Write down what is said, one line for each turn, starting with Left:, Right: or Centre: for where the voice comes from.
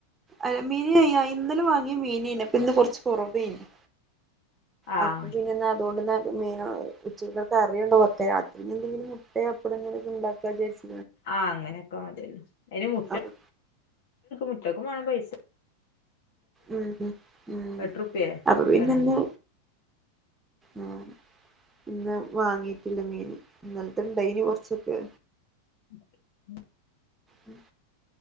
Right: അയ് മീന്യാ ഇന്നലെവാങ്ങിയ മീനേന്പ്പൊ ഇന്ന് കൊർച്ച്കുറവേഞ്ഞു.
Left: ആഹ്
Right: അപ്പൊപിന്നെന്ന അതൊണ്ട്ന്ന മീനൊ ഉച്ചകതെറിയ്ണ്ട് ത്ത് രാത്രിക്ക്ഞ്ഞ് മുട്ടെപ്പടങ്ങൊക്കെണ്ടാക്കാരിച്ച്.
Left: ആഹ് അങ്ങനെയൊക്കമതിയല്ലോ അതിന് മുട്ട
Right: അപ്പൊ
Left: മുട്ടക്കുംമാണം പൈസ
Right: ഉം ഉം ഉം
Left: എട്ടുറുപ്യേ
Right: അപ്പൊപിന്നെന്താ
Left: റ്റാണല്ലോ
Right: അഹ്. ഇന്ന് വാങ്ങീട്ടില്ല മീന് ഇന്നൽത്ത്ഇണ്ടയിന് കൊർച്ചൊക്കെ
Left: <inaudible>
Right: ഉം.